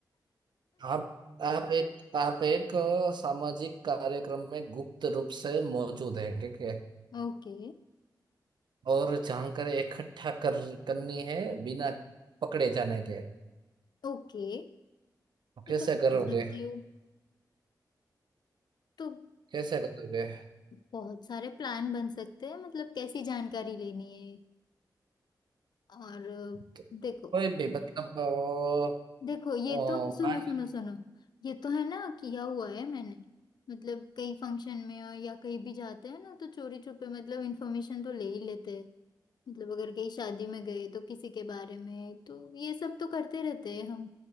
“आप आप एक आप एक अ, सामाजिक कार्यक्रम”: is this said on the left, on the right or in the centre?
Right